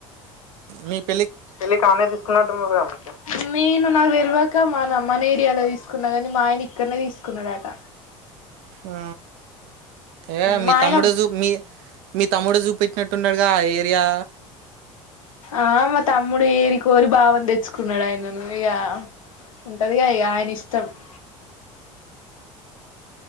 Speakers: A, on the right; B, on the left.
A: మీక్
B: పెళ్లికీ ఆమె తీసుకున్నట్టు ఉన్నారు కదా నేను నాకు తెలవకా మన ఏరియాలో తీసుకున్నా కానీ మా ఆయన ఇక్కనే తీసుకున్నాడట.
A: ఆ ఏ మీ
B: మా ఆయన
A: తమ్ముడే జుప్మీ మీ తమ్ముడు చూపెట్టినట్టున్నాడుగా ఆ ఏరియా
B: ఆ మ తమ్ముడి కోరి బావని తెచ్చుకున్నాడు ఆయన ఇగా ఉంటదిక ఇగా ఆయన ఇష్టం. <inaudible>